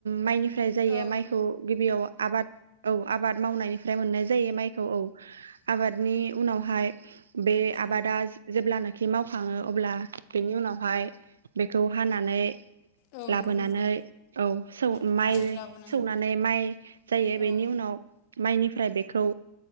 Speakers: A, on the right; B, on the left.
A: माइनि फ्राय जायो।
B: औ
A: माइखौ गिबियाव आबाद औ आबाद मावनायनिफ्राय मोननाय जायो माइखौ औ। आबादनि
B: उम
A: उनावहाय बे आबादा
B: औ
A: जेब्लानाखि मावखाङो। अब्ला बेनि उनावहाय बेखौ हाना नै
B: औ
A: लाबोनानै
B: नंगौ नोंथां
A: औ सौ
B: हानानै
A: माइ
B: लाबोनानै
A: सौनानै माइ जायो, बेनि
B: औ
A: उनाव माइनिफ्राय बेखौ